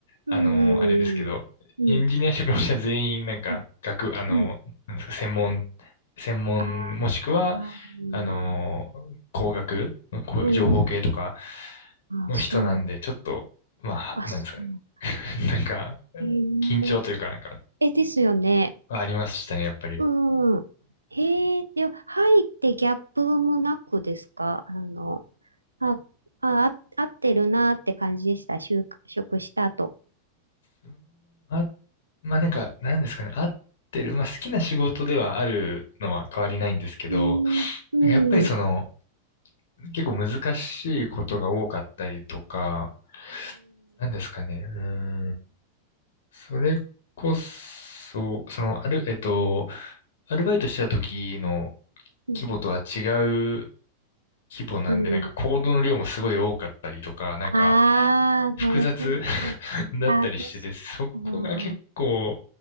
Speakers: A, on the right; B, on the left.
A: うん。
B: あの、あれですけど、
A: うん。
B: エンジニア職の人は全員、なんか、
A: うん。
B: 学、あの、
A: うん。
B: なんですか、専門、専門、
A: あ
B: もしくは、あの、
A: あ、
B: 工学、んこう情報系とか
A: うん。あ、
B: の人なんで、
A: そうなの
B: ちょっと、まあ、はなんですかね。
A: あ、そうなの
B: <laughs> なんか、
A: えー、
B: 緊張というか、なんか、
A: え、ですよね。
B: ありましたね、やっぱり。
A: うん。へえ、では、入ってギャップもなくですかあの、あ、あ、あ合ってるなって感じでした。就職した後。
B: うんあ、まあ、なんか、なんですかね、合ってる。まあ、好きな仕事ではあるのは変わりないんですけど、
A: うん、うん、
B: なんかやっぱりその、
A: うん、
B: 結構難しいことが多かったりとか、なんですかね、うん、それこそ、その、ある、えっと、アルバイトしてた時の
A: うん。
B: 規模とは違う規模なんで、
A: うん
B: なんか行動の量もすごい多かったりとか、なんか、
A: ああ、
B: 複雑
A: なるほど。
B: <laughs> だったりしてて、
A: ああ、確か
B: そこが結構、
A: あー